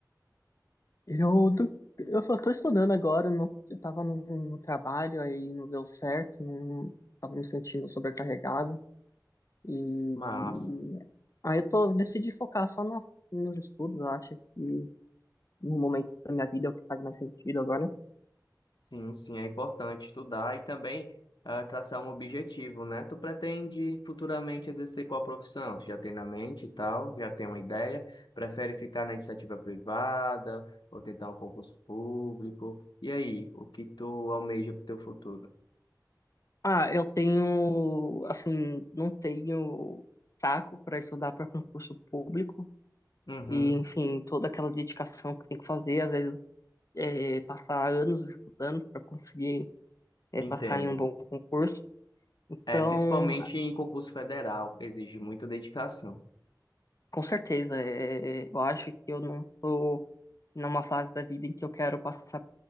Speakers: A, on the left (about 45°); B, on the left (about 80°).
A: Eu, do- eu só tô estudando agora, não- eu tava no, no trabalho, aí não deu certo, não, tava me sentindo sobrecarregado. E
B: Massa.
A: aí eu tô, decidi focar só na- nos estudos, eu acho que no momento da minha vida é o que faz mais sentido agora.
B: Sim, sim, é importante estudar e também ah, traçar um objetivo, né? Tu pretende futuramente exercer qual profissão? Tu já tem na mente e tal, já tem uma ideia? Prefere ficar na iniciativa privada ou tentar um concurso público? E aí, o que tu almeja para o teu futuro?
A: Ah, eu tenho, assim, não tenho saco para estudar para concurso público.
B: Uhum,
A: E, enfim, toda aquela dedicação que tem que fazer, às vezes é, passar anos estudando para conseguir é,
B: entendo.
A: passar em um bom concurso. Então,
B: É, principalmente em concurso federal, exige muita dedicação.
A: com certeza, é, eu acho que eu não estou numa fase da vida em que eu quero passar